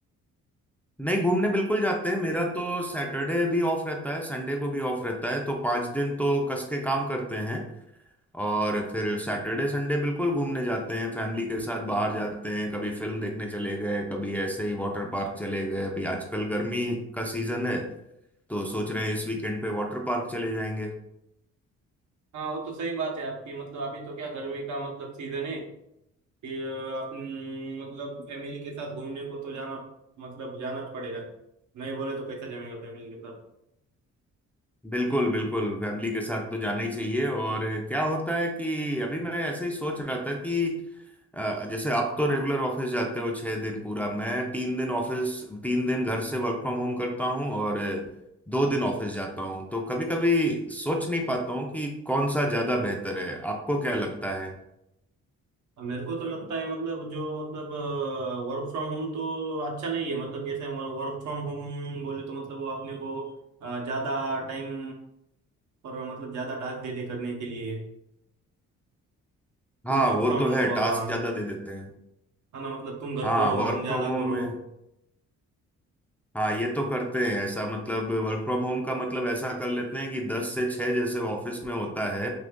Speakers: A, in the centre; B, on the right.
A: नहीं घूमने बिल्कुल जाते हैं मेरा तो सैटरडे भी ऑफ रहता है संडे को भी ऑफ रहता है तो पांच दिन तो कस के काम करते हैं और फिर सैटरडे संडे बिल्कुल घूमने जाते हैं फैमिली के साथ बाहर जाते हैं कभी फिल्म देखने चले गए कभी ऐसे ही वाटर पार्क चले गए अभी आजकल गर्मी का सीजन है तो सोच रहे हैं इस वीकेंड पे वाटर पार्क चले जाएंगे
B: हाँ वो तो सही बात है आपकी मतलब अभी तो क्या गर्मी का मतलब सीजन है फिर अ, आप न, मतलब फैमिली के साथ घूमने को तो जाना मतलब जाना पड़ेगा नहीं बोले तो कैसा जमेगा फैमिली के साथ
A: बिल्कुल बिल्कुल फैमिली के साथ तो जाना ही चाहिए और क्या होता है कि अभी मैं ऐसे ही सोच रहा था कि अ, जैसे आप तो रेगुलर ऑफिस जाते हो छह दिन पूरा मैं तीन दिन ऑफिस तीन दिन घर से वर्क फ्रॉम होम करता हूँ और दो दिन ऑफिस जाता हूँ तो कभी कभी सोच नहीं पाता हूँ कि कौन सा ज्यादा बेहतर है आपको क्या लगता है
B: अब मेरे को तो लगता है मतलब जो मतलब वर्क फ्रॉम होम तो अच्छा नहीं है मतलब कैसे वर्क फ्रॉम होम बोले तो मतलब वो अपने को अ, ज्यादा टाइम पर मतलब ज्यादा टास्क देते करने के लिए
A: हाँ
B: तुम वर्क
A: वो
B: फ्रॉम
A: तो है
B: हो बाबा
A: टास्क ज्यादा दे देते हैं
B: है ना मतलब तुम घर
A: हाँ
B: पर
A: वर्क
B: हो तुम
A: फ्रॉम
B: ज्यादा
A: होम
B: करो
A: में हाँ ये तो करते हैं ऐसा मतलब वर्क फ्रॉम होम का मतलब ऐसा कर लेते हैं कि दस से छः जैसे ऑफिस में होता है